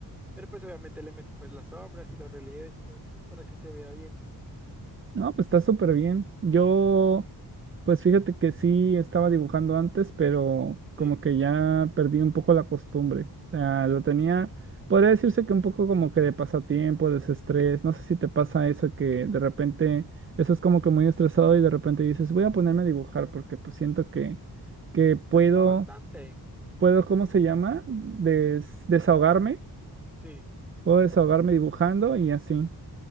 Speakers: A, in the centre; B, on the right (about 30°).
A: Pero pues obviamente le meto pues las sombras y los relieves y todo eso, pues para que se vea bien.
B: No, pues está súper bien. Yo, pues fíjate que sí estaba dibujando antes, pero como
A: Sí,
B: que ya perdí un poco la costumbre. O sea, lo tenía, podría decirse que un poco como que de pasatiempo, desestrés. No sé si te pasa eso que de repente estás como que muy estresado y de repente dices, voy a ponerme a dibujar porque pues siento que, que puedo,
A: ayuda bastante,
B: puedo, ¿cómo se llama? Des- desahogarme.
A: sí.
B: Puedo desahogarme dibujando y así.